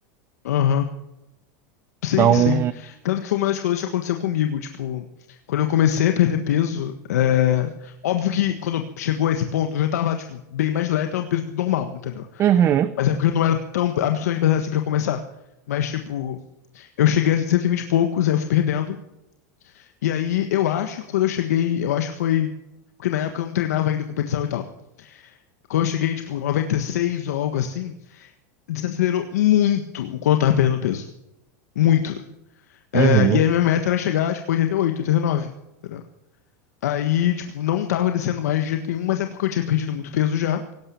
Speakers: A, on the left (about 85°); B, on the right (about 30°).
A: Aham. Sim,
B: Então,
A: sim. Tanto que foi uma das coisas que aconteceu comigo. Tipo, quando eu comecei a perder peso, é... óbvio que quando chegou a esse ponto, eu já tava, tipo, bem mais leve, era um peso normal, entendeu?
B: uhum,
A: Mas é porque eu não era tão absurdamente pesado assim pra começar. Mas, tipo, eu cheguei a 120 e vinte e poucos, aí eu fui perdendo. E aí, eu acho que quando eu cheguei, eu acho que foi. Porque na época eu não treinava ainda competição e tal. Quando eu cheguei, tipo, 96 ou algo assim, desacelerou muito o quanto eu tava perdendo peso. Muito. É,
B: uhum.
A: e aí, minha meta era chegar, tipo, 88, 89. Entendeu? Aí, tipo, não tava descendo mais de jeito nenhum, mas é porque eu tinha perdido muito peso já.